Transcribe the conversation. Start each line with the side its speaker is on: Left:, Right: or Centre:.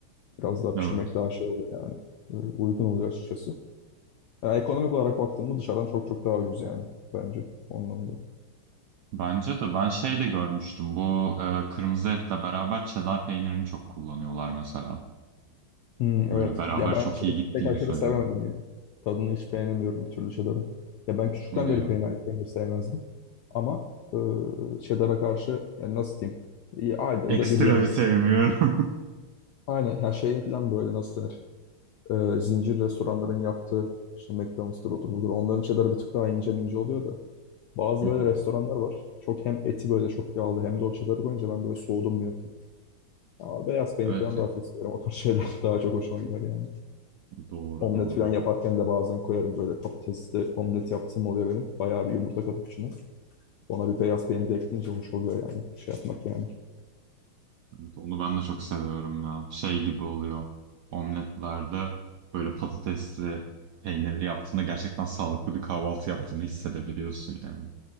Left: Biraz daha pişirmek
Right: Evet.
Left: daha şey oluyor yani. Böyle uygun oluyor açıkçası. Ya ekonomik olarak baktığımda dışarıdan çok çok daha ucuz yani bence onun anlamda.
Right: Bence de ben şey de görmüştüm. Bu e, kırmızı etle beraber çedar peynirini çok kullanıyorlar mesela.
Left: Hmm,
Right: Böyle
Left: evet.
Right: beraber
Left: Ya
Right: çok
Left: ben aşırı,
Right: iyi gittiğini
Left: pek aşırı
Right: söylüyorlar.
Left: sevemedim yani. Tadını hiç beğenemiyorum bir türlü cheddar'ın. Ya ben küçükten
Right: Hadi
Left: beri
Right: ya.
Left: peynir, peynir sevmezdim. Ama e, cheddar'a karşı yani nasıl diyeyim? İyi, ayda yılda
Right: Ekstra
Left: bir yerim
Right: bir sevmiyorum.
Left: böyle. Aynen her şeyin falan böyle nasıl denir? E, zincir restoranların yaptığı işte McDonald's'tır odur budur. Onların cheddar'ı bir tık daha ince mince oluyor da. Bazı
Right: <laughs> Hı
Left: böyle
Right: hı.
Left: restoranlar var. Çok hem eti böyle çok yağlı hem de o çedarı koyunca ben böyle soğudum bir noktada. Ama beyaz peynir
Right: Evet
Left: falan
Right: ya.
Left: daha çok severim. O tarz şeyler <laughs> daha çok hoşuma gider yani.
Right: Doğru
Left: Omlet
Right: doğru.
Left: falan yaparken de bazen koyarım böyle patatesli omlet yaptığım oluyor benim. Bayağı bir yumurta katıp içine. Ona bir beyaz peynir de ekleyince hoş oluyor yani. Şey yapmak yani.
Right: Evet, onu ben de çok seviyorum ya. Şey gibi oluyor. Omletlerde böyle patatesli, peynirli yaptığında gerçekten sağlıklı bir kahvaltı yaptığını hissedebiliyorsun yani.